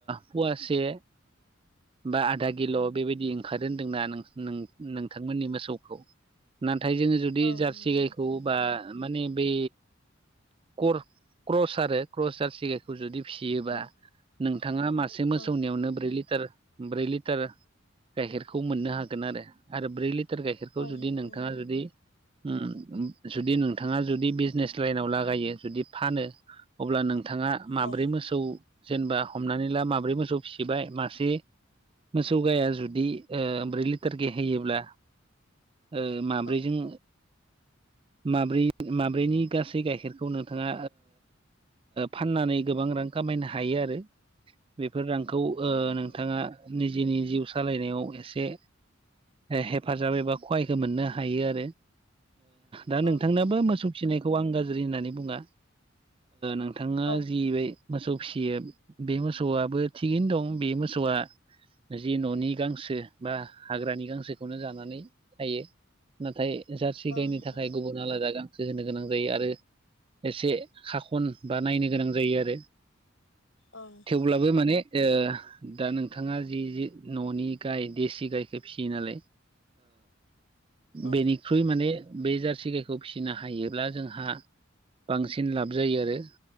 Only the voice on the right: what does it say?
फवासे बा आधा किल' बेबायदि ओंखार होनदोंना नो नोंथां नोंथांमोननि मोसौखौ नाथाय जोङो जुदि
जार्सि
गायखौ
बा माने बै कर क्रस आरो क्रस जासिगाय खौ जुदि फिसियोबा
नोंथाङा मासे मोसौनियावनो
ब्रै लिटार ब्रै लिटार गाइखेरखौ मोननो हागोन आरो आरो ब्रै लिटार गाइखेरखौ
जुदि
नोंथाङा
जुदि ओम जुदि नोंथाङा जुदि बिजनेस लाइनाव लागायो जुदि फानो अब्ला नोंथाङा माब्रै
मोसौ जेनेबा हमनानै ला माब्रै मोसौ फिसिबाय मासे मोसौ गाया जुदि ब्रै लिटार के होयोब्ला ओ माब्रैजों
माब्रै माब्रैनि गासै गाइखेरखौ नोंथाङा फाननानै गोबां रां खामायनो हायो आरो बेफोर रांखौ
नोंथाङा निजेनि जिउ सालायनायाव एसे हेफाजाब एबा खहायखौ मोननो हायो आरो दा
नोंथांनाबो
मोसौ फिसिनायखौ आं गाज्रि होननानै बुङा नोंथाङा
जि मोसौ फिसियो बे मोसौआबो थिगैनो दं बे मोसौआ जि न'नि गांसो बा हाग्रानि गांसोखौनो जानानै थायो नाथाय जारसि गायनो
थाखाय गुबुन आलादा गांसो होनो गोनां जायो आरो एसे हाखन बा नायनो गोनां जायो आरो
थेवब्लाबो माने ए दा नोंथाङा जि न'नि गाय देसि गायखो फिसियो नालाय
बेनिख्रुइ माने बे जारसि गायखौ फिसिनो हायोब्ला जोंहा बांसिन लाब जायो आरो